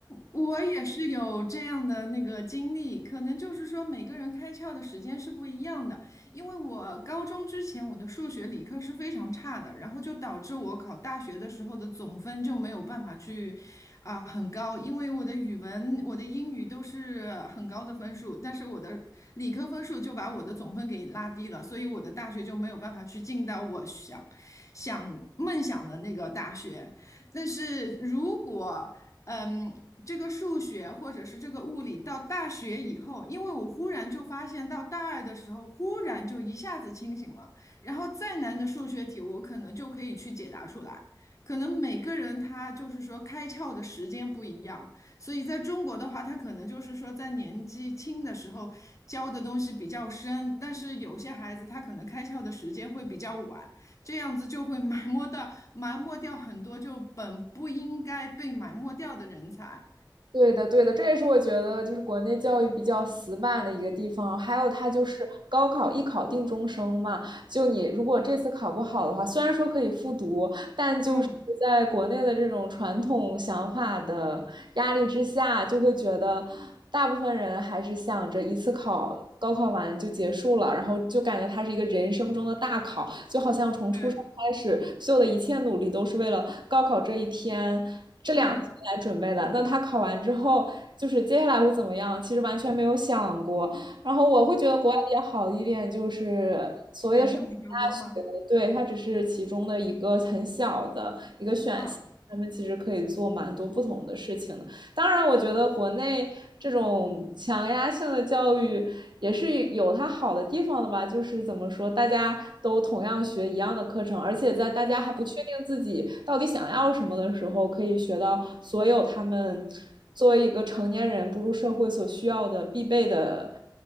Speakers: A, on the left; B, on the right.
A: 我也是有这样的那个经历，可能就是说每个人开窍的时间是不一样的。因为我高中之前我的数学理科是非常差的，然后就导致我考大学的时候的总分就没有办法去啊、很高，因为我的语文、我的英语都是很高的分数，但是我的理科分数就把我的总分给拉低了，所以我的大学就没有办法去进到我想想梦想的那个大学。但是如果嗯，这个数学或者是这个物理到大学以后，因为我忽然就发现，到大二的时候，忽然就一下子清醒了。然后再难的数学题，我可能就可以去解答出来。可能每个人他就是说开窍的时间不一样，所以在中国的话，他可能就是说在年纪轻的时候教的东西比较深，但是有些孩子他可能开窍的时间会比较晚。这样子就会埋没到埋没掉很多就本不应该被埋没掉的人才。
B: 对的，对的，这也是我觉得就是国内教育比较死板的一个地方。还有它就是高考一考定终生嘛，就你如果这次考不好的话，虽然说可以复读，但就是在国内的这种传统想法的压力之下，
A: 嗯，
B: 就会觉得大部分人还是想着一次考。高考完就结束了，然后就感觉它是一个人生中的大考，就好像从出生开始，
A: 对，
B: 所有的一切努力都是为了高考这一天、这两天来准备的。
A: 嗯，
B: 那他考完之后，就是接下来会怎么样？其实完全没有想过。然后我会觉得国外比较好的一点就是所谓的申请大学，
A: 选项比较多吗？
B: 对，它只是其中的一个很小的一个选项，
A: 嗯，
B: 他们其实可以做蛮多不同的事情的。当然，我觉得国内这种强压性的教育也是有它好的地方的吧，就是怎么说，大家都同样学一样的课程，而且在大家还不确定自己到底想要什么的时候，可以学到所有他们作为一个成年人步入社会所需要的必备的